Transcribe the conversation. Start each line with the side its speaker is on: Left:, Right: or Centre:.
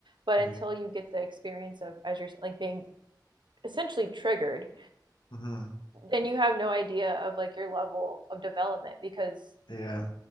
Right: but
Left: right.
Right: until you get the experience of as you're like being essentially triggered
Left: hmm
Right: then you have no idea of like your level of development because
Left: Yeah.